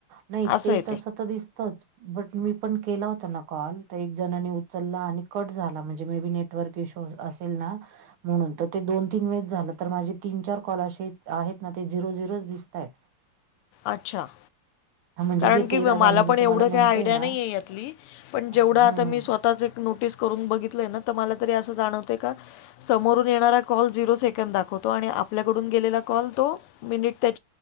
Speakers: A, on the right (about 75°); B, on the left (about 90°).
A: नाही
B: असं
A: ते
B: आहे
A: तसं तर दिसतच. बट मी पण केला होता ना कॉल, तर एक जणनी उचलला आणि कट झाला म्हणजे may be net- network issue असेल ना, म्हणून तर ते दोन तीन वेळेस झालं, तर माझे तीन चार कॉल असे आहेत ना ते झिरो झिरोच दिसत आहेत.
B: अच्छा!
A: म्हणजे
B: कारण
A: जे
B: की
A: झाले
B: मला पण
A: मी
B: एवढ
A: तुम्हाला
B: काही
A: म्हणतेय
B: आयडिया
A: ना
B: नाही यातली, पण जेवढं
A: हं,
B: आता
A: हं.
B: मी स्वतः एक नोटीस, करून बघितलंय ना तर मला तरी असं जाणवते का. समोरून येणारा कॉल झिरो सेकंड दाखवतो, आणि आपल्याकडून गेलेला कॉल तो मिनिटं त्या-